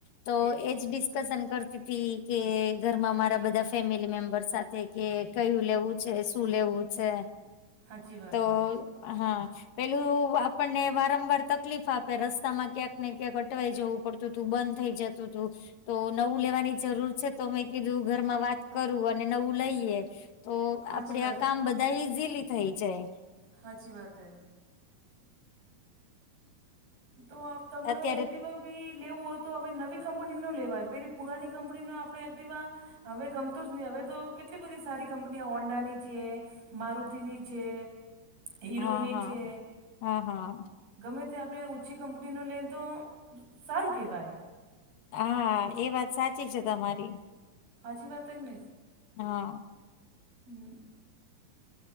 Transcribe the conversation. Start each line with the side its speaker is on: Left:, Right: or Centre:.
Left: તો
Right: એ
Left: એજ ડિસ્કશન કરતી હતી કે. ઘરમાં મારા બધા ફેમિલી મેમ્બર સાથે કે કયું લેવું છે શું લેવું છે.
Right: સાચી વાત
Left: તો
Right: હે
Left: હા પેલુ આપણને વારંવાર તકલીફ આપે રસ્તામાં ક્યાંક ને ક્યાંક અટવાઈ જવું પડત તું બંધ થઈ જતું તુ તો નવું લેવાની જરૂર છે, તો મેં કીધું ઘરમાં વાત કરું અને નવુ લઈએ. તો
Right: સાચી
Left: આપડે આ કામ બધા ઈઝીલી થઈ જાય.
Right: હાચી વાત હૈ તો તમારે
Left: અત્યારે
Right: એક્ટિવ બી લેવું હોય તો હવે નવી કંપની નો લેવાય પેલી પુરાની કંપની આપણે એક્ટવા હવે ગમતું જ નહી હવે તો કેટલી બધી સારી કંપની ઓન્ડાની છે. મારુતિની છે. હીરોની
Left: હા હા
Right: છે
Left: હા હા
Right: ગમે તે ત્યાંર મે ઓછી કંપનીનો લેય તો સારું કેવાય
Left: હા એ વાત સાચી છે, તમારી
Right: હાચી વાત જ ને
Left: હા
Right: હમ્મ